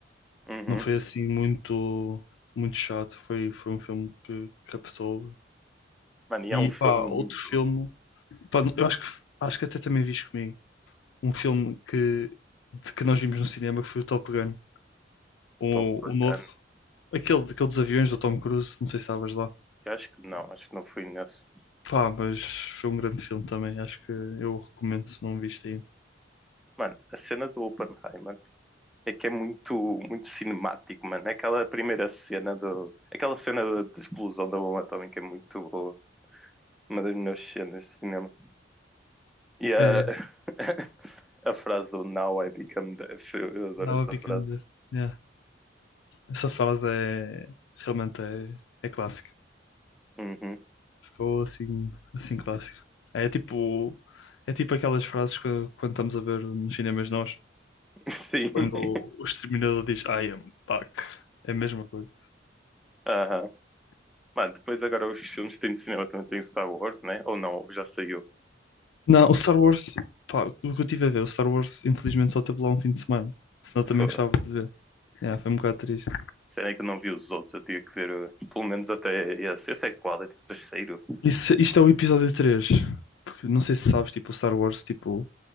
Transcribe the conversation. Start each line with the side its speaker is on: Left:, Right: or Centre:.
Centre: Uhum.
Left: Não foi assim muito, muito chato. Foi, foi um filme que captou.
Centre: Mano, e
Left: E
Centre: há um filme
Left: pá, outro
Centre: muito
Left: filme. pá, eu acho que, acho que até também viste comigo. Um filme que, de- que nós vimos no cinema que foi o Top Gun. O,
Centre: top bacana.
Left: o novo. Aquele, aquele dos aviões do Tom Cruise. Não sei se estavas lá.
Centre: Eu acho que não, acho que não fui nesse.
Left: Pá, mas foi um grande filme também. Acho que eu o recomendo se não viste aí.
Centre: Mano, a cena do Oppenheimer é que é muito, muito cinemático, mano. Aquela primeira cena do. Aquela cena da, da explosão da bomba atómica é muito boa. Uma das melhores cenas de cinema. E a,
Left: É,
Centre: <laughs> a frase do Now I Become Deaf, eu eu adoro
Left: Now
Centre: essa
Left: I Become
Centre: frase.
Left: Dead. Essa frase é realmente é, é clássica.
Centre: Uhum.
Left: Ficou assim, assim clássica. É tipo, é tipo aquelas frases que quando estamos a ver nos cinemas nós,
Centre: <laughs> Sim.
Left: quando
Centre: <laughs>
Left: o exterminador diz I am back. É a mesma coisa.
Centre: Aham. Mano, depois agora os filmes que têm de cinema também tem Star Wars, né? Ou não, já saiu.
Left: Não, o Star Wars, pá, o que eu tive a ver, o Star Wars infelizmente só teve lá um fim de semana. Senão eu também
Centre: Fô,
Left: gostava de ver. É, foi um bocado triste.
Centre: Será que eu não vi os outros? Eu tinha que ver uh, pelo menos até esse. Esse é qual? É tipo o terceiro.
Left: Isso, isto é o episódio três Porque não sei se sabes, tipo, o Star Wars, tipo,